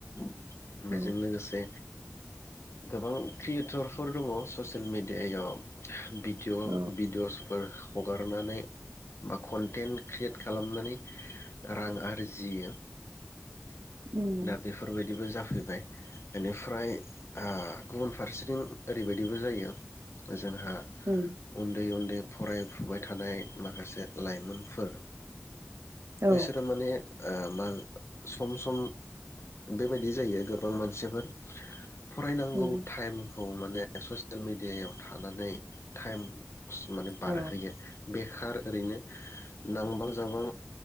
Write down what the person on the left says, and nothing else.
<inaudible>
बेजों लोगोसे गोबां क्रियेटरफोर दङ ससियेल मिडियायाव भिडिअ
भिडिअसफोर हगारनानै बा कन्टेन्ट क्रियेट खालामनानै रां आरजियो
दा बेफोरबायदिबो जा फैबाय बेनिफ्राय ओ गुबुन फारसे थिं ओरैबाय दिबो जायो जोंहा
उन्दै उन्दै फरायफुबाय थानाय माखासे लाइमोनफोर
बिसोरो माने ओ मा सम सम बेबायदि जायो गोबां मानसिफोर फरायनांगौ
टाइम खौ माने ससियेल मिडियायाव थानानै टाइम माने बारहोयो।
ओरैनो नांबां जाबां